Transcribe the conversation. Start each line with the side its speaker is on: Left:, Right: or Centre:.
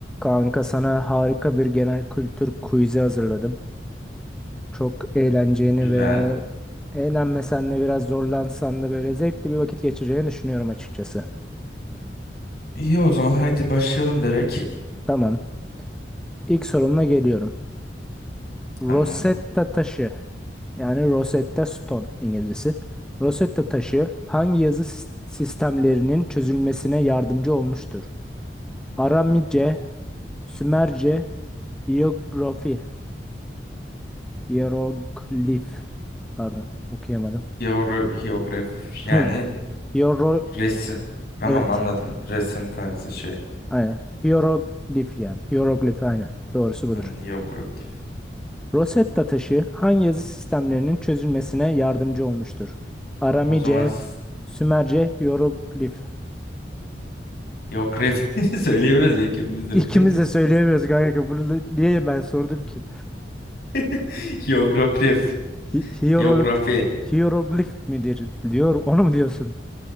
Centre: Kanka sana harika bir genel kültür quiz'i hazırladım. Çok eğleneceğini
Left: Güzel.
Centre: veya eğlenmesen de biraz zorlansan da böyle zevkli bir vakit geçireceğini düşünüyorum açıkçası.
Left: İyi o zaman hadi başlayalım direkt.
Centre: Tamam. İlk sorunla geliyorum.
Left: Tamam.
Centre: Rosetta taşı yani Rosetta Stone İngilizcesi. Rosetta taşı hangi yazı sis- sistemlerinin çözülmesine yardımcı olmuştur? Aramice, Sümerce, Hiyerografi, Hieroglif. Pardon, okuyamadım.
Left: Hiyoro- Hiyograf yani
Centre: <laughs> Hiero-
Left: resim. Tamam
Centre: Evet.
Left: anladım. Resim tarzı şey.
Centre: Aynen. Hieroglif yani. Hieroglif aynen. Doğrusu budur.
Left: Anan hiyografik.
Centre: Rosetta taşı hangi yazı sistemlerinin çözülmesine yardımcı olmuştur? Aramice,
Left: O zaman s-
Centre: Sümerce, Hieroglif.
Left: hiyografi <laughs> söyleyemez ikimiz
Centre: <laughs>
Left: de
Centre: İkimiz
Left: bir de.
Centre: de söyleyemiyoruz kanka. Bunu da- niye ben sordum ki?
Left: <laughs> Hiyograf.
Centre: Hi hierolog-
Left: Hiyografi.
Centre: hieroglif midir diyor. Onu mu diyorsun?